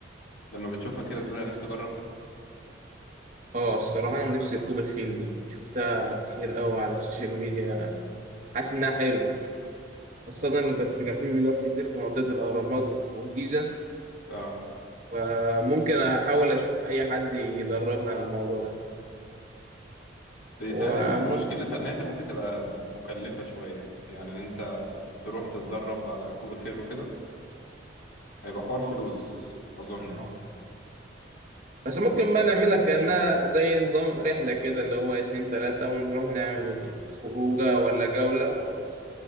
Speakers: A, on the left; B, on the right.
A: لما بتشوفها كده بتقول انا نفسي اجرب ده
B: اه الصراحه أنا نفسي ركوب الخيل دي شفتها كتير قوي على السوشيال ميديا حاسس انها حلوه خاصة إن كنت كان في فيديوهات كتير في منطقة الأهرامات والجيزة
A: اه
B: فممكن أحاول أشوف أي حد يدربنا على الموضوع ده
A: بيتهيألي
B: وممكن
A: م- مشكلتها ان هي ممكن تبقى مكلفه شويه يعني تروح تتدرب على ركوب الخيل وكده هيبقى حوار
B: آه
A: فلوس
B: يا ممكن
A: أظن
B: فعلاً،
A: يعني
B: آه بس ممكن بقى نعملها كأنها زي نظام رحلة كده اللي هو اتنين تلاتة ونروح نعمل خروجة ولا جولة وخلاص